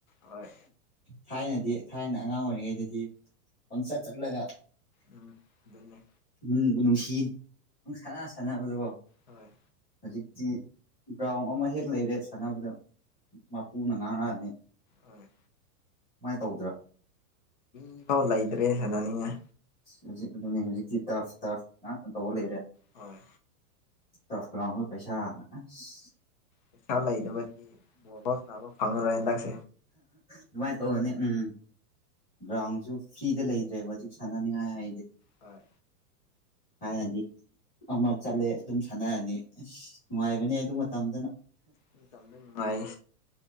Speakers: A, on the left; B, on the left.
A: ꯍꯣꯏ
B: ꯊꯥꯏꯅꯗꯤ ꯊꯥꯏꯅ ꯑꯉꯥꯡ ꯑꯣꯏꯔꯤꯉꯩꯗꯗꯤ ꯄꯪꯆꯠ ꯆꯠꯂꯒ
A: ꯎꯝ ꯑꯗꯨꯅꯦ
B: ꯅꯨꯡꯕꯨ ꯅꯨꯡꯁꯤ ꯄꯪ ꯁꯥꯟꯅ ꯁꯥꯟꯅꯕꯗꯨꯀꯣ
A: ꯍꯣꯏ
B: ꯍꯧꯖꯤꯛꯇꯤ ꯒ꯭ꯔꯥꯎꯟ ꯑꯃ ꯍꯦꯛ ꯂꯩꯔꯦ ꯁꯥꯟꯅꯕꯗ ꯃꯄꯨꯅ ꯉꯥꯡꯉꯛꯑꯅꯤ
A: ꯍꯣꯏ
B: ꯀꯃꯥꯏꯅ ꯇꯧꯗꯔ
A: ꯃꯤꯐꯥꯎ ꯂꯩꯇ꯭ꯔꯦ ꯁꯥꯟꯅꯅꯤꯡꯉꯥꯏ
B: ꯍꯧꯖꯤꯛ ꯑꯗꯨꯅꯦ ꯍꯧꯖꯤꯛꯇꯤ ꯇꯥꯛꯁ ꯇꯥꯛꯁ ꯉꯥꯛꯇ ꯇꯧ ꯂꯩꯔꯦ
A: ꯍꯣꯏ
B: ꯇꯁ ꯒ꯭ꯔꯥꯎꯟꯗ ꯄꯩꯁꯥ ꯑꯁ
A: ꯄꯩꯁꯥ ꯂꯩꯗꯕꯒꯤ ꯕꯣꯜ ꯄꯥꯛ ꯁꯥꯅꯕ ꯐꯪꯉꯔꯣꯏ ꯍꯟꯗꯛꯁꯨ
B: ꯑꯗꯨꯃꯥꯏ ꯇꯧꯔꯅꯤ ꯎꯝ ꯒ꯭ꯔꯥꯎꯟꯁꯨ ꯐ꯭ꯔꯤꯗ ꯂꯩꯇ꯭ꯔꯦꯕ ꯍꯧꯖꯤꯛ ꯁꯥꯟꯅꯅꯤꯡꯉꯥꯏ ꯍꯥꯏꯗꯤ
A: ꯍꯣꯏ
B: ꯍꯥꯟꯅꯗꯤ ꯑꯃ ꯆꯠꯂꯦ ꯑꯗꯨꯝ ꯁꯥꯟꯅꯔꯅꯤ ꯑꯁ ꯅꯨꯡꯉꯥꯏꯕꯅꯦ ꯑꯗꯨ ꯃꯇꯝꯗꯅ
A: ꯃꯇꯝꯗ ꯅꯨꯡꯉꯥꯏ